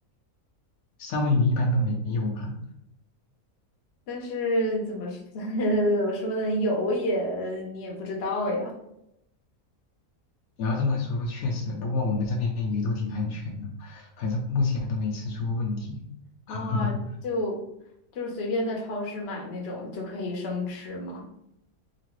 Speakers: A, on the left; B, on the left.
A: 三文鱼一般都没有吧？
B: 但是怎么说 <laughs> 怎么说呢，有也你也不知道呀。
A: 你要这么说，确实，不过我们这边鱼都挺安全的，反正目前都没吃出过问题。
B: 啊，
A: <laughs>
B: 就就是随便在超市买那种就可以生吃吗？